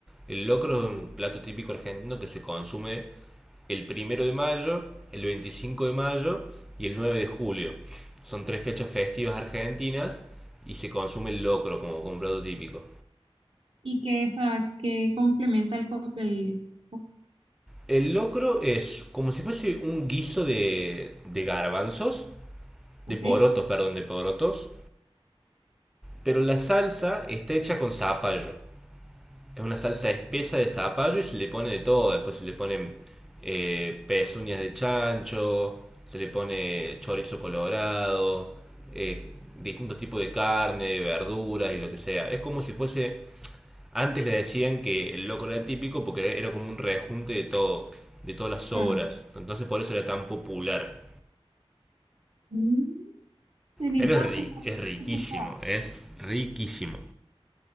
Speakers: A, in the centre; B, on the right.
A: El locro es un plato típico argentino que se consume el primero de mayo, el 25 de mayo y el 9 de julio. Son tres fechas festivas argentinas y se consume el locro como, como un plato típico.
B: ¿Y qué, o sea, qué complementa el cóctel? El co-
A: El locro es como si fuese un guiso de, de garbanzos,
B: Ok,
A: de porotos, perdón, de porotos, pero la salsa está hecha con zapallo Es una salsa espesa de zapallo y se le pone de todo. Después se le ponen eh, pezuñas de chancho, se le pone chorizo colorado, eh, distintos tipos de carne, de verduras y lo que sea. Es como si fuese. Antes le decían que el locro era típico porque era como un rejunte de todo, de todas las
B: claro.
A: obras. Entonces por eso era tan popular.
B: Mm, interesante.
A: Pero es, ri-
B: esto no
A: es riquísimo,
B: lo escuchaba.
A: es riquísimo.